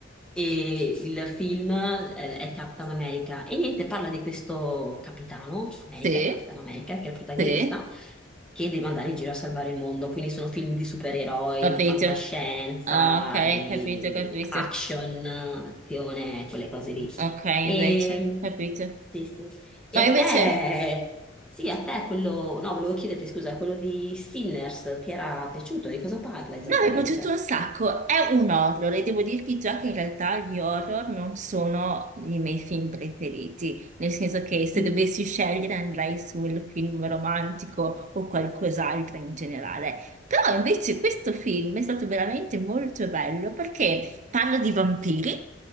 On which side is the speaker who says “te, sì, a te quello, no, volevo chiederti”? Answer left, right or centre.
Centre